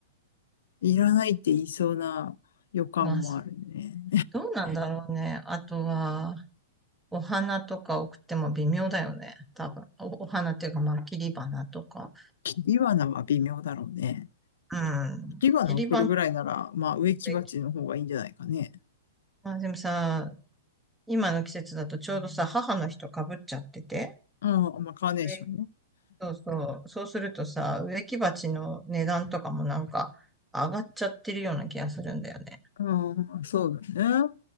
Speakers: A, on the left; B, in the centre.
A: いらないって言いそうな予感もあるね。
B: まあ、そう、どうなんだろうね。あとは、お花とか送っても微妙だよね。多分。お、お花っていうか、まあ、切り花とか。
A: <laughs> ビワナは微妙だろうね。
B: うん。
A: ビワナ送るぐらいなら、
B: 切り花、
A: まあ植木鉢の方がいいんじゃないかね。
B: 植木まあ、でもさ、今の季節だとちょうどさ、母の日とかぶっちゃってて。
A: うん、まあカーネーションね。
B: 植木、そうそう。そうするとさ、植木鉢の値段とかもなんか上がっちゃってるような気がするんだよね。
A: うん、そうだね。